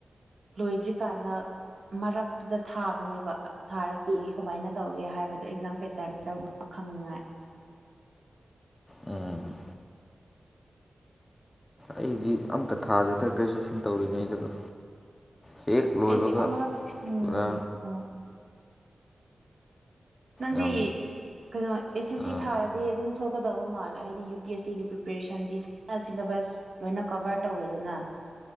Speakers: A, on the right (about 60°); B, on the left (about 20°).
A: ꯂꯣꯏꯗ꯭ꯔꯤꯀꯥꯟꯗ ꯃꯔꯛꯇꯨꯗ ꯊꯥꯕꯅꯦꯕ ꯊꯥꯔꯒ ꯌꯦꯡꯒꯦ ꯀꯃꯥꯏꯅ ꯇꯧꯒꯦ ꯍꯥꯏꯕꯗꯣ ꯑꯦꯛꯖꯥꯝ ꯄꯦꯇꯔꯟꯗ <unintelligible> ꯕ ꯈꯪꯅꯤꯉꯥꯏ
B: ꯎꯝ ꯑꯩꯗꯤ ꯑꯝꯇ ꯊꯥꯗꯦꯗ ꯒ꯭ꯔꯦꯖꯨꯋꯦꯁꯟ ꯇꯧꯔꯤꯉꯩꯗꯒ ꯍ‌ꯦꯛ ꯂꯣꯏꯕꯒ
A: ꯑꯩꯗꯤ ꯑꯃꯔꯛ ꯎꯝ
B: ꯄꯨꯔꯥ
A: ꯑꯣ ꯅꯪꯗꯤ
B: ꯌꯥꯝ
A: ꯀꯩꯅꯣ ꯑꯦꯁ ꯑꯦꯁ ꯁꯤ
B: ꯑꯥ
A: ꯊꯥꯔ ꯗꯤ ꯑꯗꯨꯝ ꯊꯣꯛꯀꯗꯕ ꯃꯥꯜꯂꯦ ꯍꯥꯏꯗꯤ ꯌꯨ ꯄꯤ ꯑꯦꯁ ꯁꯤꯒꯤ ꯄ꯭ꯔꯤꯄꯦꯔꯦꯁꯟꯗꯤ ꯁꯤꯂꯦꯕꯁ ꯂꯣꯏꯅ ꯀꯚꯔ ꯇꯧꯋꯦꯗꯅ